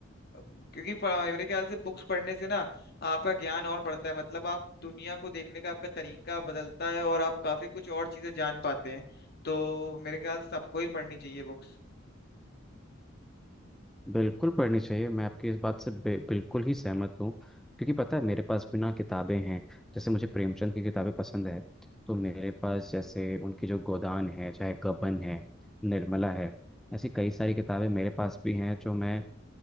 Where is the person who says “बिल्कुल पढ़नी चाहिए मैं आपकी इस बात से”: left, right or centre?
Centre